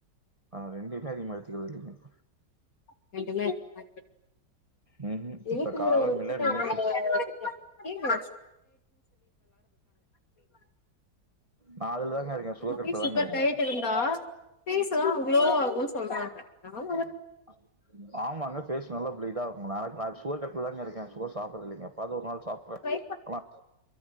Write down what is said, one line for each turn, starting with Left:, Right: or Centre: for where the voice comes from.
Right: ஆஹ் ரெண்டுமே அதிகமா எடுத்துக்குறது இல்லிங்க
Left: <unintelligible> <unintelligible> <unintelligible>
Right: ம்ஹும்
Left: <unintelligible>
Right: இப்ப காரம் இல்ல நெல்லிப்பு நா அதுலதாங்க இருக்கே
Left: ரொம்ப
Right: கட்ல
Left: பேர் சுகர்
Right: தாங்க இருக்கே
Left: டயட் இருந்தா ஃபீஸ்லா அவ்ளோ ஆகுனு சொல்றாங்க நாம
Right: உம் ஆமாங்க பேஸ் நல்ல பள இதான் நான் சுகர் கட்லதா இருக்கேன் சுக சாப்பிடற இல்லிங்க எப்பாவது ஒரு நாள் சாப்பறேன்
Left: ட்ரை
Right: ஆ